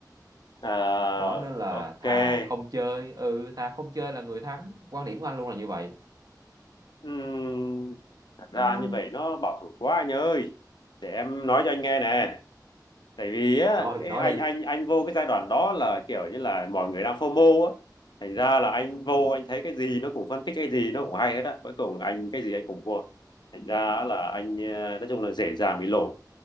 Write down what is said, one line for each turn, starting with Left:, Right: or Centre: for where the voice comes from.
Left: à,
Right: đó nên là
Left: ok
Right: thà không chơi ừ thà không chơi là người thắng quan điểm của anh luôn là như vậy
Left: Ừm, thật ra
Right: Ờ,
Left: như vậy nó bảo thủ quá anh ơi để em nói cho anh nghe nè tại vì á
Right: rồi
Left: cái
Right: nói
Left: anh
Right: đi
Left: anh anh vô cái giai đoạn đó là kiểu như là mọi người đang FOMO á thành ra là anh vô anh thấy cái gì nó cũng phân tích cái gì nó cũng hay hết á cuối cùng anh cái gì anh cũng mua thành ra là anh ờ, nói chung là dễ dàng bị lỗ